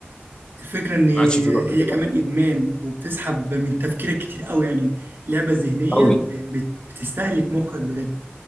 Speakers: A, on the right; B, on the left.
A: الفكرة إن
B: عادش في روح
A: هي
B: دلوقتي.
A: كمان إدمان وبتسحب من تفكيرك كتير قوي يعني لعبة ذهنية
B: قوي
A: ب- بت- بتستهلك مخك بجد